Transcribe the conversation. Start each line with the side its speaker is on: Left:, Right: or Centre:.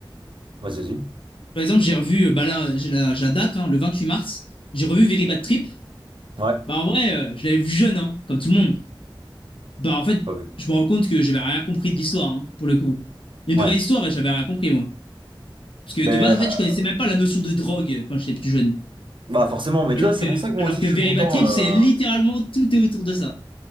Right: Vas-y, vas-y.
Left: Par exemple, j'ai revu, euh, bah là, j'ai la, j'ai la date, hein, le 28 mars, j'ai revu Very Bad Trip.
Right: Ouais,
Left: Bah en vrai, euh, je l'avais vu jeune, hein, comme tout le monde. Bah en fait,
Right: pas vu.
Left: je me rends compte que j'avais rien compris de l'histoire, hein, pour le coup. Il y a
Right: Ouais.
Left: une vraie histoire et j'avais rien compris, moi. Parce que
Right: Mais
Left: de base, en fait,
Right: euh,
Left: je connaissais même pas la notion de drogue quand j'étais plus jeune.
Right: bah forcément. Mais
Left: Alors
Right: tu vois, c'est
Left: que,
Right: pour ça que moi
Left: alors
Right: aussi,
Left: que
Right: je
Left: Very
Right: suis content.
Left: Bad Trip,
Right: euh,
Left: c'est littéralement tout est autour de ça.